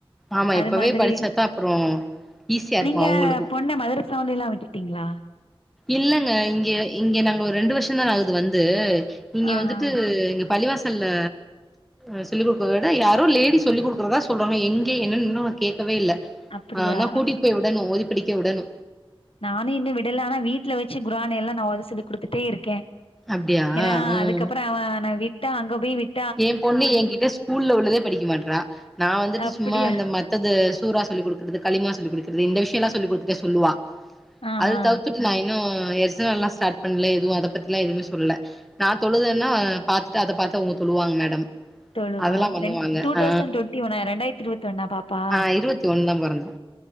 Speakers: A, in the centre; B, on the left.
A: ஆமா
B: அது
A: இப்பவே
B: மாதிரி
A: படிச்சாத்தா அப்றோ ஈஸியா இருக்கு
B: நீங்க
A: அவங்களுக்கு
B: பொண்ண மதுர சவுண்டல்லா விட்டுட்டிங்களா
A: இல்லங்க இங்க இங்க நாங்க ஒரு ரெண்டு வருஷோதா ஆகுது வந்து இங்க
B: ஆ
A: வந்துட்டு
B: ஆ
A: இங்க பள்ளிவாசல்ல ச் சொல்லிக் குடுக்கறத விட யாரோ லேடி சொல்லிக்குடுக்றதா சொல்றாங்க எங்க என்னன்னு இன்னு நா கேட்கவே இல்ல
B: அப்படியா
A: ஆ ஆனா கூட்டிட்டு போய் வுடணு ஓதி படிக்க உடணு
B: நானு இன்னோ விடல ஆனா வீட்ல வச்சு குரானேல்லா நா ஓத சொல்லி குடுத்துட்டேருக்கே
A: அப்டியா
B: ஏன்னா
A: ம்
B: அதுக்கப்றோ அவ நா விட்டா அங்க போய் விட்
A: ஏ பொண்ணு ஏ கிட்ட ஸ்கூல்ல உள்ளதே படிக்க மாட்றா நா வந்துட்டு
B: அப்டியா
A: சும்மா அந்த மத் தத சூரா சொல்லி குடுக்றது களிமா சொல்லி குடுக்றது இந்த விஷ்யோல்லா சொல்லிக் குடுத்துட்டே சொல்லுவா
B: ஆஹா
A: அது தவுத்துட்டு நா இன்னு எஸ்னல்லா ஸ்டார்ட் பண்ணல எதுவு அத பத்திலா எதுவுமே சொல்லல நா தொழுதென்னா பாத்த அத பாத்து அவுங்க தொழுவாங்க மேடம்
B: தொழுவா
A: அதெல்லா பண்ணுவாங்க
B: ரெண் டூ
A: ஆ
B: தௌசண்ட் டொண்டி ஒன்னா ரெண்டாயிரத்தி இருபத்தி ஒன்னா பாப்பா
A: ஆ இருவத்தி ஒன்னுதா பொறந்தா